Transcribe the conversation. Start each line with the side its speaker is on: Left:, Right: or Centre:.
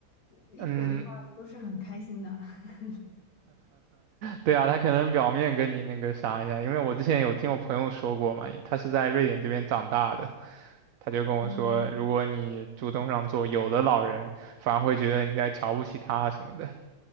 Left: 我英国的话都是很开心的。
Right: 嗯，
Left: <laughs>
Right: 对啊，他可能表面跟你那个啥一下，因为我之前有听我朋友说过嘛，他是在瑞典这边长大的。他就跟我说，
Left: 嗯，
Right: 如果你主动让座，有的老人反而会觉得你在瞧不起他什么的。